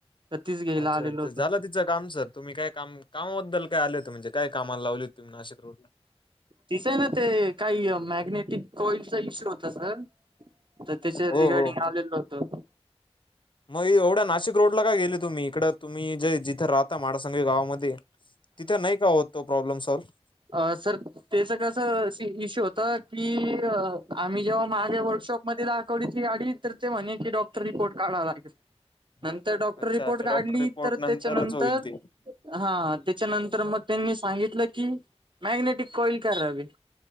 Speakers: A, on the right; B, on the left.
A: सतीश घ्यायला
B: अच्छा
A: आलेलो
B: अच्छा
A: होता.
B: झालं तिचं काम सर, तुम्ही काय काम कामाबद्दल काय आले होते म्हणजे काय कामाला लावले तुम्ही नाशिकरोडला
A: दिसायला ते काही मॅग्नेटिक कॉइलचा इश्यू होता सर तर त्याच्या
B: हो
A: रिगार्डिंग
B: हो
A: आलेल नव्हत.
B: मग एवढ्या नाशिकरोडला का गेले तुम्ही इकड तुम्ही जे जिथे राहता माडसांगवी गावात. मदी हे मतिथ नाही का होत तो प्रॉब्लेम सल्व-
A: अ सर त्याच कसं इशू होता की आम्ही जेव्हा मागे वर्कशॉपमध्ये रा गडी तर उतरते म्हणे, की डॉक्टर रिपोर्ट काढावा लागल.
B: <inaudible>
A: नंतर डॉक्टर
B: अच्छा
A: रिपोर्ट
B: अच्छा
A: काढली,
B: डॉक्टर रिपोर्ट
A: तर त्याच्यानंतर
B: नंतरच होईल ते
A: हा त्याच्यानंतर मग त्यांनी सांगितलं की, नाही नाही ती <unintelligible> करावी.